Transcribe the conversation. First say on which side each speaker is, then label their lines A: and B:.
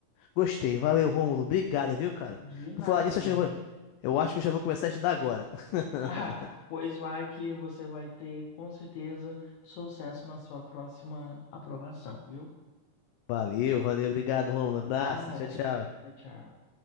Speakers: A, on the left; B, on the left.
A: Gostei. Valeu, Rômulo. Obrigado, viu, cara?
B: De nada,
A: Por falar nisso,
B: amigo.
A: acho que eu vou...
B: <laughs>
A: eu acho que eu já vou começar a estudar agora. <laughs>
B: Ah, pois vai que você vai ter com certeza sucesso na sua próxima aprovação, viu?
A: Valeu, valeu. Obrigado, Rômulo. Abraço.
B: Nada.
A: Tchau, tchau.
B: Tchau, tchau.